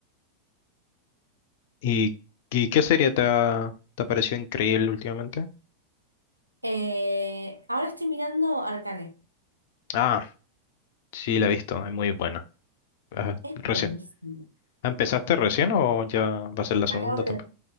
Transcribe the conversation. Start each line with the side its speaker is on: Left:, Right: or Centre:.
Left: ¿Y, y qué serie te ha, te ha parecido increíble últimamente?
Right: Eh, ahora estoy mirando Arcane.
Left: Ah, sí, la he visto, es muy buena. Ajá,
Right: Es
Left: recién.
Right: buenísimo.
Left: ¿Empezaste recién o ya va a ser la segunda
Right: Acabo de
Left: temporada?
Right: ter-